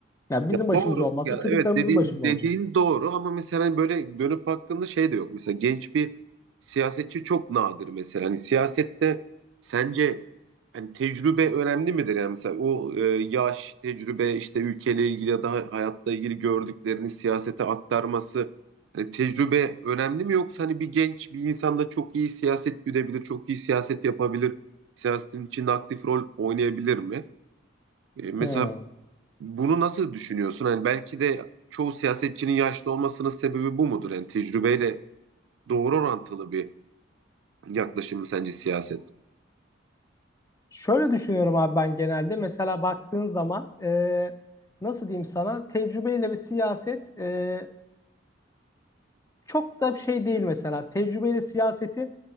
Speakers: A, on the left; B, on the right.
A: Yani bizim
B: Ya
A: başımız
B: doğru.
A: olmazsa
B: Ya
A: çocuklarımızın
B: evet dediğin
A: başında
B: dediğin
A: olacak.
B: doğru ama mesela hani böyle dönüp baktığında şey de yok. Mesela genç bir siyasetçi çok nadir mesela. Hani siyasette sence hani tecrübe önemli midir? Yani mesela o e, yaş, tecrübe işte ülkeyle ilgili ya da hayatla ilgili gördüklerini siyasete aktarması hani tecrübe önemli mi yoksa hani bir genç bir insan da çok iyi siyaset güdebilir, çok iyi siyaset yapabilir, siyasetin içinde aktif rol oynayabilir mi? E, mesela
A: Hmm.
B: bunu nasıl düşünüyorsun? Hani belki de çoğu siyasetçinin yaşlı olmasının sebebi bu mudur? Yani tecrübeyle doğru orantılı bir yaklaşım mı sence siyaset?
A: Şöyle düşünüyorum abi ben genelde. Mesela baktığın zaman e, nasıl diyeyim sana tecrübeyle ve siyaset e, çok da şey değil mesela. Tecrübeyle siyasetin